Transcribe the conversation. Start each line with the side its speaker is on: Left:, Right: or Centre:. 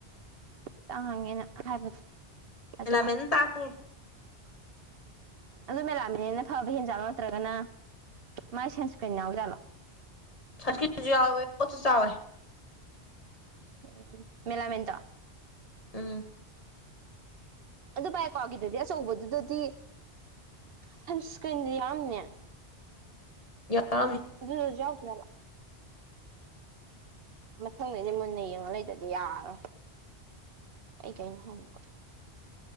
Right: ꯇꯥꯡꯉꯦꯅ ꯍꯥꯏꯕ ꯑꯗꯨ
Left: ꯃꯦꯂꯥꯃꯦꯟ ꯇꯥꯡꯉꯦ
Right: ꯑꯗꯨ ꯃꯦꯂꯥꯃꯦꯟꯅ ꯐꯕ ꯍꯦꯟꯖꯥꯠꯂꯣ ꯅꯠꯇ꯭ꯔꯒꯅ ꯃꯥꯏ ꯁꯟꯁꯀ꯭ꯔꯤꯟ ꯌꯥꯎꯖꯥꯠꯂꯣ
Left: ꯁꯟꯁꯀ꯭ꯔꯤꯟꯖꯨ ꯌꯥꯎꯋꯦ ꯄꯣꯠꯁꯨ ꯆꯥꯎꯑꯦ
Right: ꯎꯝ ꯃꯦꯂꯥꯃꯦꯟ ꯗꯣ
Left: ꯎꯝ
Right: ꯑꯗꯨ ꯚꯥꯏ ꯀ꯭ꯋꯥꯒꯤꯗꯗꯤ ꯑꯆꯧꯕꯗꯨꯗꯗꯤ ꯁꯟꯁꯀ꯭ꯔꯤꯟꯗꯤ ꯌꯥꯎꯔꯝꯅꯤ
Left: ꯎꯝ <unintelligible>
Right: ꯑꯗꯨꯗꯖꯨ ꯌꯥꯎꯇꯌꯥꯠꯂꯣ ꯃꯊꯪꯗꯩꯗꯤ ꯃꯨꯟꯅ ꯌꯦꯡꯉ ꯂꯩꯗꯗꯤ ꯌꯥꯔꯣꯏ ꯑꯩ ꯀꯩꯅꯣ ꯍꯪꯒ